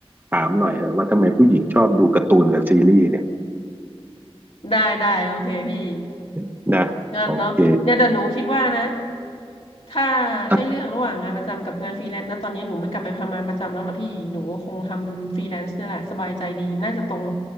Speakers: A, on the right; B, on the left.
A: ถามหน่อยเถอะว่าทำไมผู้หญิงชอบดูการ์ตูนกับซีรีส์เนี่ย
B: ได้ได้โอเคพี่
A: <laughs> นะโอเค
B: เงั้นเนาะเนี่ยแต่หนูคิดว่านะถ้าให้เลือกระหว่างงานประจำกับงานฟรีแลนซ์นะตอนนี้หนูไม่กลับไปทำงานประจำแล้วล่ะพี่หนูก็คงทำฟรีแลนซ์นี่แหละสบายใจดีน่าจะตรง
A: อะ